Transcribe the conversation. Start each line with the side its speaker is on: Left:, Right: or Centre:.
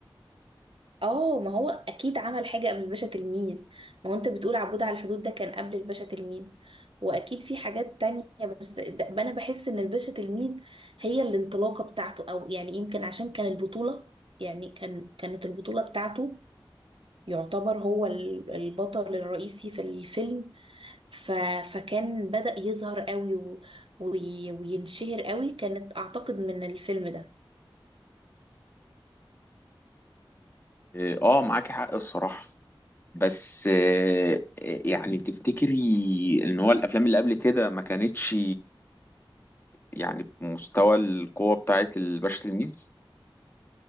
Right: اه ما هو اكيد عمل حاجه قبل الباشا تلميذ ما هو انت بتقول عبود على الحدود ده كان قبل الباشا تلميذ واكيد في حاجات تانية بس ده- انا بحس ان الباشا تلميذ هي الانطلاقه بتاعته او يعني يمكن عشان كان البطوله يعني كان كانت البطوله بتاعته يعتبر هو ال- البطل الرئيسي في الفيلم ف فكان بدأ يظهر قوي و- وي- وينشهر قوي كانت اعتقد من الفيلم ده
Left: اه آه، معاكي حق الصراحة بس آه، يعني تفتكري ان هو الافلام اللي قبل كده ما كانتش يعني بمستوى القوة بتاعت الباشا تلميذ